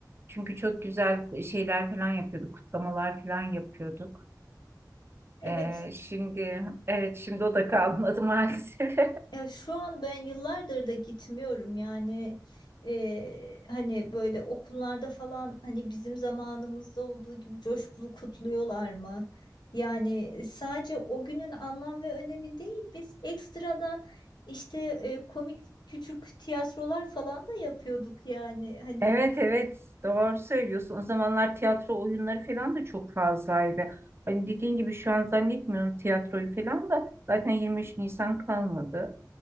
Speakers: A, on the right; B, on the left.
A: Çünkü çok güzel şeyler falan yapıyorduk, kutlamalar falan yapıyorduk.
B: Evet.
A: Ee, şimdi evet şimdi o da kalmadı <laughs> maalesef.
B: Ya şu an ben yıllardır da gitmiyorum yani eee, hani böyle okullarda falan hani bizim zamanımızda olduğu gibi coşkulu kutluyorlar mı? Yani e, sadece o günün anlam ve önemi değil biz ekstradan işte e, komik küçük tiyatrolar falan da yapıyorduk yani hani.
A: Evet evet doğru söylüyorsun. O zamanlar tiyatro oyunları falan da çok fazlaydı. Hani dediğin gibi şu an zannetmiyorum tiyatroyu falan da zaten 23 Nisan kalmadı.